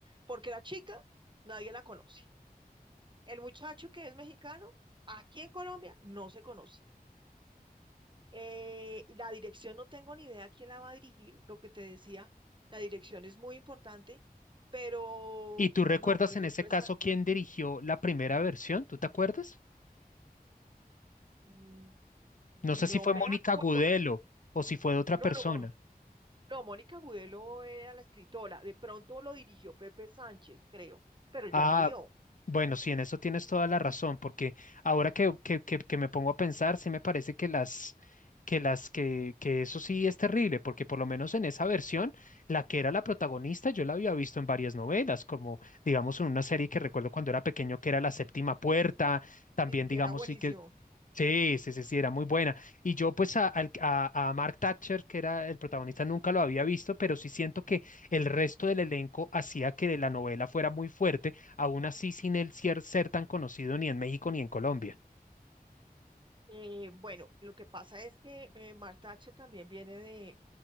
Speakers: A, on the right (about 30°); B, on the left (about 55°).
A: Porque la chica nadie la conoce. El muchacho que es mexicano, aquí en Colombia, no se conoce. Eh, la dirección no tengo ni idea quién la va a dirigir, lo que te decía, la dirección es muy importante, pero
B: ¿Y tú recuerdas
A: no, por ejemplo,
B: en ese caso
A: esa...
B: quién dirigió la primera versión? ¿Tú te acuerdas?
A: Mm, No
B: No sé si fue
A: me
B: Mónica
A: acuerdo.
B: Gudelo o si fue de otra
A: No,
B: persona.
A: no, Mo- no, Mónica Gudelo era la escritora. De pronto lo dirigió Pepe Sánchez, creo, pero él
B: Ah,
A: ya murió.
B: Bueno, sí, en eso tienes toda la razón, porque ahora que, que, que, que me pongo a pensar, sí me parece que las, que las, que, que eso sí es terrible, porque por lo menos en esa versión, la que era la protagonista, yo la había visto en varias novelas, como digamos en una serie que recuerdo
A: Claro.
B: cuando era pequeño que era La Séptima Puerta, también
A: Sí,
B: digamos
A: que era buenísimo.
B: sí que Sí, sí, sí, sí, era muy buena. Y yo pues a, al- a, a Mark Thatcher, que era el protagonista, nunca lo había visto, pero sí siento que el resto del elenco hacía que la novela fuera muy fuerte aún así sin él ser, ser tan conocido ni en México ni en Colombia.
A: Eh, bueno, lo que pasa es que eh, Marta Thatcher también viene de,